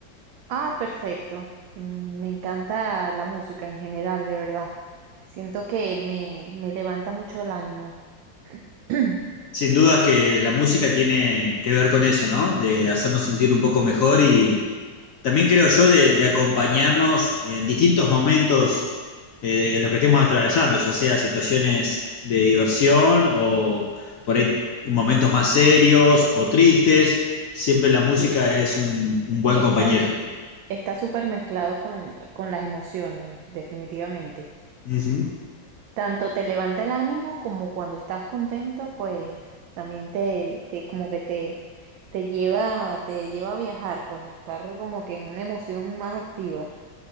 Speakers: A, on the right; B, on the left.
A: Ah, perfecto. Mm, Me encanta la música en general, de verdad. Siento que me, me levanta mucho el ánimo. <clears throat>
B: Sin duda que la música tiene que ver con eso, ¿no? De hacernos sentir un poco mejor y también creo yo de, de acompañarnos en distintos momentos eh, en los que estemos atravesando, ya sea situaciones de diversión o por ahí momentos más serios o tristes. Siempre la música
A: Sí.
B: es un, un buen
A: Está,
B: compañero.
A: está súper mezclado con, con las emociones, definitivamente.
B: Ujú.
A: Tanto te levanta el ánimo como cuando estás contento, pues también te, te como que te, te lleva, te lleva a viajar, pues a estar como que en una emoción más activa.